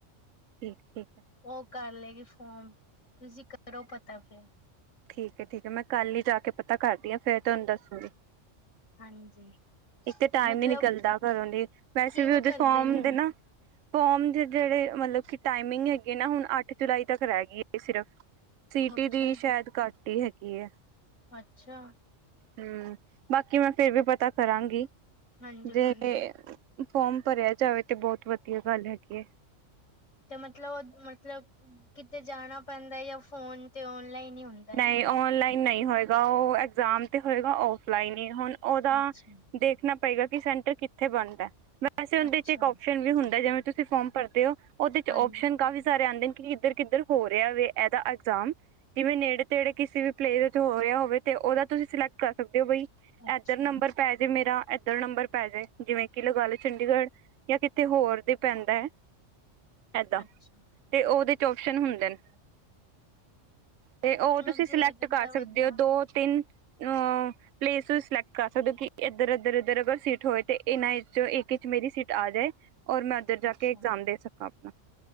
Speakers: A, on the right; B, on the left.
A: ਠੀਕ-ਠੀਕ ਐ।
B: ਓ ਕਾਰ ਲੇ ਗੀ ਫੋਮ, ਤੁਸੀ ਕਰੋ ਪਤਾ ਫੇਰ
A: ਠੀਕ ਐ ਠੀਕ ਐ ਮੈਂ ਕੱਲ ਈ ਜਾ ਕੇ ਪਤਾ ਕਾਰਦੀ ਆਂ ਫੇਰ ਤੋਆਨੂੰ ਦੱਸੂੰਗੀ।
B: ਹਾਂਜੀ।
A: ਏਕ ਤੇ ਟਾਈਮ
B: ਮਤਲਬ
A: ਨੀ ਨਿਕਲਦਾ ਘਰੋਂ ਦੀ, ਵੈਸੇ
B: ਕਿਵੇਂ
A: ਵੀ ਓਦੇ
B: ਕਰਦੇ
A: ਫੋਮ
B: ਨੇ
A: ਦੇ ਨਾ ਫੋਮ ਦੇ ਜੇੜੇ ਮਲਬ ਕਿ ਟਾਈਮਿੰਗ ਹੈਗੀ ਨਾ, ਹੁਨ ਅੱਠ ਜੁਲਾਈ ਤੱਕ ਰੈ ਗੀ ਏ ਸਿਰਫ। ਸੀਟੀ
B: ਅੱਛਾ
A: ਦੀ ਸ਼ੈਦ ਘੱਟ ਈ ਹੈਗੀ ਏ।
B: ਅੱਛਾ।
A: ਹੂੰ, ਬਾਕੀ ਮੈਂ ਫੇਰ ਵੀ ਪਤਾ ਕਰਾਂਗੀ
B: ਹਾਂਜੀ ਕਰਨਾ
A: ਜੇ ਫੋਮ ਭਰਿਆ ਜਾਵੇ ਤੇ ਬੋਤ ਵਦੀਆ ਗੱਲ ਹੈਗੀ ਐ।
B: ਤੇ ਮਤਲਬ ਓ ਮਤਲਬ ਕਿਤੇ ਜਾਨਾ ਪੈਂਦਾ ਜਾਂ ਫੋਨ ਤੇ ਔਨਲਾਈਨ ਈ ਹੁੰ
A: ਨਈਂ ਔਨਲਾਈਨ ਨਈਂ ਹੋਏਗਾ, ਓ ਐਗਜ਼ਾਮ ਤੇ ਹੋਏਗਾ ਔਫਲਾਈਨ ਈ ਹੁਨ ਓਦਾ
B: ਅੱਛਾ
A: ਦੇਖਨਾ ਪਏਗਾ ਕੇ ਸੈਂਟਰ ਕਿੱਥੇ ਬਨਦੈ, ਵੈਸੇ ਓਦੇ
B: ਅੱਛਾ
A: ਚ ਇੱਕ ਔਪਸ਼ਨ ਵੀ ਹੁੰਦਾ ਜਿਵੇਂ ਤੁਸੀਂ ਫੋਮ ਭਰਦੇ ਓਂ, ਓਦੇ ਚ
B: ਹਾਂਜੀ
A: ਓਪਸ਼ਨ ਕਾਫੀ ਸਾਰੇ ਆਂਦੇ ਨੇ ਕੀ ਇੱਦਰ ਕਿੱਦਰ ਹੋ ਰਿਆ ਵੇ ਏਦਾ ਅਗਜ਼ਾਮ ਜਿਵੇਂ ਨੇੜੇ ਜੇੜੇ ਕਿਸੇ ਵੀ ਪਲੇਵੇ ਤੇ ਹੋ ਰਿਆ ਹੋਵੇ ਤੇ ਓਦਾ ਤੁਸੀਂ ਸਿਲੈਕਟ ਕਰ ਸਕਦੇ ਹੋ, ਬਈ
B: ਅੱਛਾ
A: ਐਦਰ ਨੰਬਰ ਪੈ ਜੇ ਮੇਰਾ ਐਦਰ ਨੰਬਰ ਪੈ ਜੇ, ਜਿਵੇਂ ਕੀ ਲਗਾ ਲੋ ਚੰਡੀਗੜ ਜਾਂ ਕਿਤੇ ਹੋਰ ਦੇ ਪੈਂਦਾ ਐ, ਐਦਾਂ
B: ਅੱਛਾ
A: ਤੇ ਓਦੇ ਚ ਓਪਸ਼ਨ ਹੁੰਦੇ ਨੇ। ਤੇ
B: ਮਤਲਬ
A: ਓ ਤੁਸੀਂ
B: ਜਿਵੇਂ
A: ਸਿਲੈਕਟ
B: ਹੋ ਜਾਂਦਾ
A: ਕਰ
B: ਬੰਦਾ
A: ਸਕਦੇ ਓਂ, ਦੋ-ਤਿੰਨ ਅ ਪਲੇਸੀਸ ਸਿਲੈਕਟ ਕਰ ਸਕਦੇ ਓਂ ਕੇ ਏਦਰ-ਏਦਰ-ਏਦਰ ਅਗਰ ਸੀਟ ਹੋਏ ਤੇ ਏਨਾਂ ਵਿਚੋਂ ਇਕ ਵਿਚ ਮੇਰੀ ਸੀਟ ਆ ਜਾਏ। ਔਰ ਮੈਂ ਓਦਰ ਜਾ
B: ਅੱਛਾ
A: ਕੇ ਇਗਜ਼ਾਮ ਦੇ ਸਕਾਂ ਆਪਨਾ।